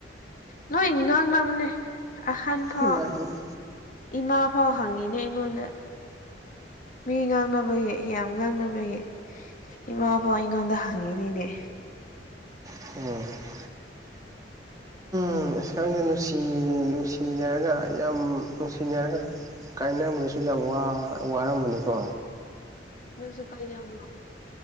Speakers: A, on the left; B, on the right.
A: ꯅ‌ꯣꯏ ꯉꯥꯡꯅꯕꯅꯦ ꯑꯍꯟ ꯐꯥꯎ
B: ꯎꯝ
A: ꯏꯃꯥ ꯐꯥꯎ ꯍꯪꯉꯤꯅꯦ ꯑꯩꯉꯣꯟꯗ ꯃꯤ ꯉꯥꯡꯅꯕꯩ ꯌꯥꯝ ꯉꯥꯡꯅꯕꯩ ꯏꯃꯥꯐꯥꯎ ꯑꯩꯉꯣꯟꯗ ꯍꯪꯉꯤꯅꯤꯅꯦ
B: <unintelligible> ꯎꯝ ꯑꯁ ꯈꯪꯗ‌ꯦ ꯅꯨꯡꯁꯤ ꯅꯨꯡꯁꯤꯅꯔꯒ ꯌꯥꯝ ꯅꯨꯡꯁꯤꯅꯔꯒ ꯀꯥꯏꯅꯕꯗꯁꯨ ꯌꯥꯝ ꯋꯥ ꯋꯥꯔꯝꯃꯅꯤꯀꯣ
A: ꯅꯪꯁꯨ ꯀꯥꯏꯅꯕ꯭ꯔ‌ꯣ